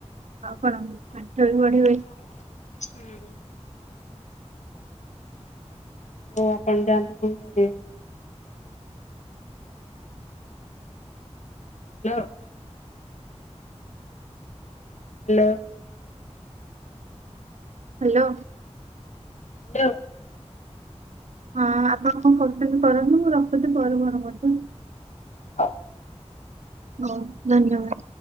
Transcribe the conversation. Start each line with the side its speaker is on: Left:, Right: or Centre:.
Right: ଆଉ କଣ ପାଠ ବି ପଢି ହୁଏ।
Left: ହୁଁ ହଉ ଆପଣ ଯାଆନ୍ତୁ କଣ କରିବେ। Hello hello.
Right: ହାଲୋ।
Left: ହାଲୋ
Right: ହଁ ଆପଣ କଣ କରୁଛନ୍ତି କରନ୍ତୁ ମୁଁ ରଖୁଛି ପରେ ଫୋନ୍ କରୁଛି।
Left: ଓ
Right: ହଉ ଧନ୍ୟବାଦ।